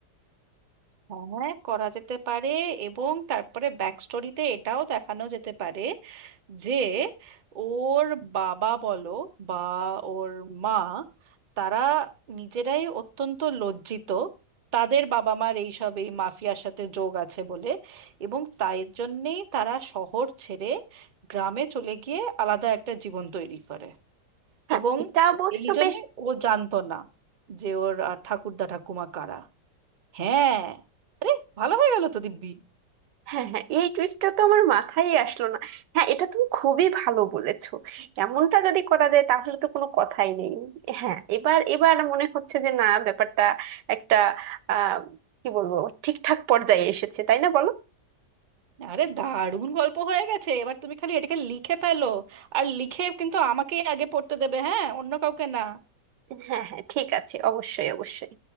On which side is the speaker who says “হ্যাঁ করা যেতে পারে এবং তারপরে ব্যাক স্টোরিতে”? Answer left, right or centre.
Right